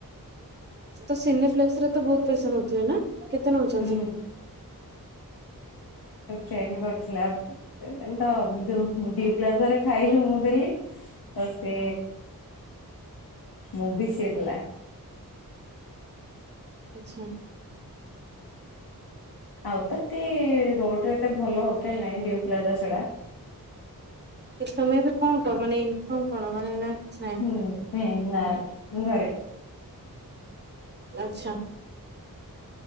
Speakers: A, on the right; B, on the left.
A: ତ ସିନିଫ୍ଲେକ୍ସ ରେ ତ ବହୁତ ପଇସା ନଉଥିବେ ନା? କେତେ ନଉଛନ୍ତି?
B: ହୁଁ। ଚେନ କରିଥିଲା ପେମେଣ୍ଟ, ଯୋଉ ହିନ୍ଦୀ ପ୍ଲାଜାରେ ଖାଇଲୁ ମୁଁ ଦେଲି ତ ସେ ମୁଭି ସିଏ ଦେଲା।
A: ଆଚ୍ଛା
B: ଆଉ ତତେ ରୋଡ <inaudible> ଏତେ ଭଲ ହୋଟେଲ ନାହି, ନିଉ ପ୍ଲାଜା ସେଟା।
A: ତମେ ଏବେ କଣ କ ମାନେ ଇନକମ କଣ ମାନେ ନା କିଛି ନାହିଁ
B: ହୁଁ ହଁ ନା ଘରେ।
A: ଆଚ୍ଛା।